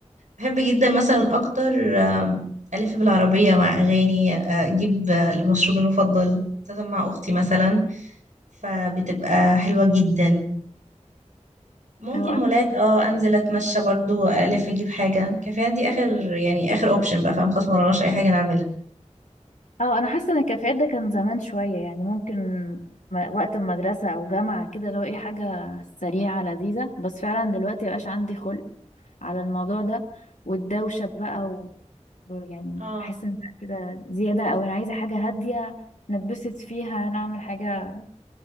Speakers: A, on the right; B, on the left.
A: بحب جدا مثلا اكتر آم، الف بالعربيه مع اغاني آه، اجيب آه، المشروب المفضل خاصه مع اختي مثلا فبتبقى حلوه جدا ممكن
B: اه انا
A: مولات
B: زيك.
A: اه انزل اتمشى برضو الف اجيب حاجه كافيهات دي اخر يعني اخر اوبشن بقى فاهم خلاص مرناش اي حاجه نعملها
B: اه انا حاسة ان الكافيهات ده كان زمان شوية يعني ممكن م- وقت المدرسة او جامعة كده لو ايه حاجة سريعة لذيذة بس فعلا دلوقتي مبقاش عندي خلق على الموضوع ده والدوشة بقى و... يعني
A: اه
B: بحس ان لأ كده زيادة او انا عايزة حاجة هادية نتبسط فيها نعمل حاجة